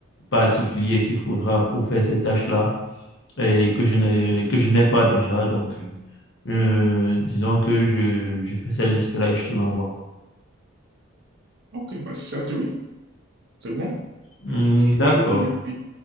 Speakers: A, on the left (about 60°); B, on the right (about 55°).
A: particuliers qu'il faudra pour faire ces tâches-là et que je n'ai, que je n'ai pas déjà. Donc, euh, disons que je, je fais cette liste-là et je te l'envoie.
B: Ok, bah, certes, oui, c'est bon.
A: Hmm,
B: Je je suis
A: D'accord.
B: plutôt oui.